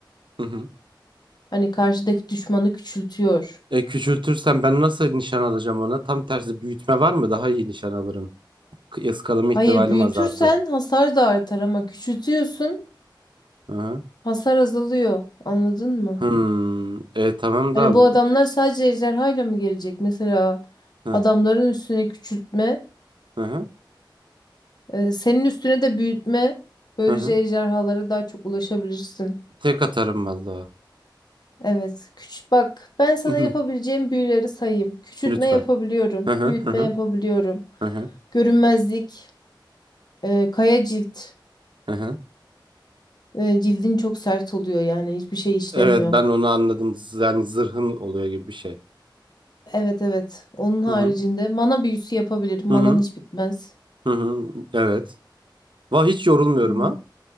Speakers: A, on the right; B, on the left.
A: Hı hı.
B: Hani karşıdaki düşmanı küçültüyor.
A: E, küçültürsem ben nasıl nişan alacağım ona? Tam tersi büyütme var mı? Daha iyi nişan alırım. K- Iskalama
B: Hayır,
A: ihtimalim
B: büyütürsen
A: azaltır.
B: hasar da artar ama küçültüyorsun
A: Hı hı.
B: hasar azalıyor. Anladın mı?
A: Hmm. E, tamam
B: Hani
A: da
B: bu
A: bu...
B: adamlar sadece ejderhayla mı gelecek? Mesela
A: Hı
B: adamların üstüne küçültme,
A: hı.
B: e, senin üstüne de büyütme. Böylece
A: Hı hı.
B: ejderhalara daha çok ulaşabilirsin.
A: Tek atarım vallahi.
B: Evet. Küçük bak ben sana
A: Hı hı.
B: yapabileceğim büyüleri sayayım. Küçültme
A: Lütfen.
B: yapabiliyorum.
A: Hı hı.
B: Büyütme
A: Hı hı.
B: yapabiliyorum.
A: Hı hı.
B: Görünmezlik. e, kaya cilt.
A: Hı hı.
B: E, cildin çok sert oluyor yani hiçbir şey işlemiyor.
A: Evet ben onu anladım. Z- Yani zırhın oluyor gibi bir şey.
B: Evet evet. Onun haricinde
A: Hı hı.
B: mana büyüsü yapabilirim.
A: Hı
B: Manan
A: hı.
B: hiç bitmez.
A: Hı hı. Evet. Vah hiç yorulmuyorum
B: Hmm,
A: ha.